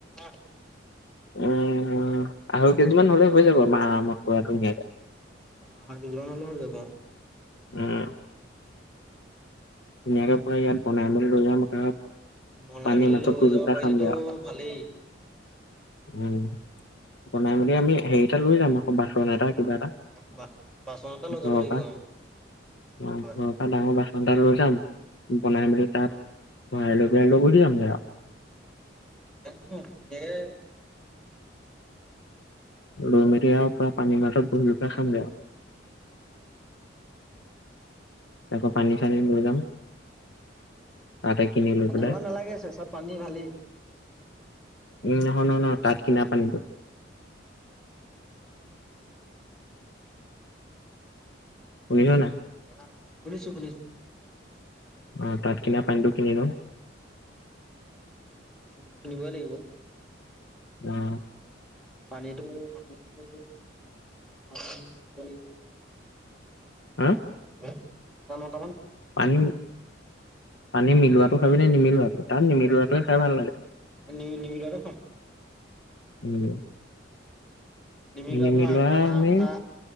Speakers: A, in the centre; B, on the left.
A: আঠ।
B: উম আ কেইযোৰ মান হ'লে হৈ যাব মা আৰামত পুৰা ধুনীয়াকে।
A: অ আঢ়ৈ কেজি মান হ'লেও হৈ যাব
B: উম ধুনীয়াকে পুৰা ইয়াত বনাই মেলি লৈ যাম আৰু
A: অ' বনাই
B: পানী
A: মেলি
B: মাছত
A: লৈ
B: গোল
A: যাব
B: এটা
A: পাৰিলেতো
B: খামগে আৰু।
A: ভালেই।
B: উম বনাই মেলি আমি হেৰি এটা লৈ যাম আকৌ, বাচন এটা কিবা এটা
A: বা বাচন এটা লৈ
B: ঘৰৰ
A: যাব লাগিব
B: পৰা,
A: অ
B: অ'
A: হয়
B: ঘৰৰ পা ডাঙৰ বাচন এটা লৈ যাম, বনাই মেলি তাত
A: হয়
B: ভৰাই লৈ পেলাই লৈ গুচি যামগে আৰু।
A: বেয়া নহয় ধুনীয়াকে
B: উ <unintelligible> তিয়া আৰু পুৰা পানী মাজত বহিলৈ পেলাই খামগে আৰু। তক <unintelligible> পানী চানী লৈ যাম তাতে কিনি লৈ
A: পানী
B: পেলাই
A: ইমান নালাগে চেচা পানী ভালেই।
B: উম, নহয়, নহয়, নহয় তাত কিনা পানীটো? শুনিছনে নাই?
A: অ' শুনিছো শুনিছো।
B: অ' তাত কিনা পানীটো কিনি ল'ম
A: কিনিবই লাগিব।
B: অ'।
A: পানীটো পানীটো <unintelligible> কি <unintelligible>
B: হুম'।
A: <unintelligible>
B: পানী পানী মিলোৱাটো খাবি নে নিমিলোৱাটো তাত নিমিলোৱাটোৱে খাই ভাল লাগে,
A: নি নিমিলোৱাটো খাম
B: উম।
A: নিমিলোৱাটো
B: নিমিলোৱা
A: আঠটা
B: আমি
A: আঠটা